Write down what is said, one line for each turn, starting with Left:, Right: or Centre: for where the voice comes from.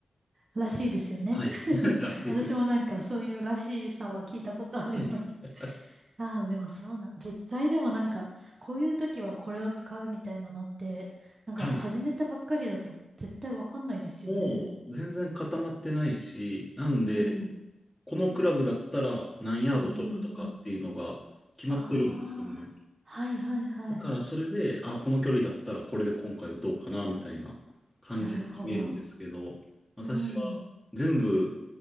Right: らしいですよね。
Centre: はい。
Right: <laughs>
Centre: <laughs> らしいです。
Right: 私もなんかそういうらしさは聞いたことあります。
Centre: はい。<laughs>
Right: <laughs> ああ、でもそうなん、実際でもなんか、こういう時はこれを使うみたいなのって、なんか始めたばっかりだと絶対わかんないですよね。
Centre: はい。もう全然固まってないし、なんで、
Right: うん。
Centre: このクラブだったら何ヤード飛ぶとかっていうのが決まってるんですよね。
Right: うんうんうん。ああ、はいはいはい。
Centre: だからそれで、あ、この距離だったらこれで今回打とうかな、みたいな感じで決めるんですけど、
Right: なるほど。
Centre: 私は全部
Right: うん。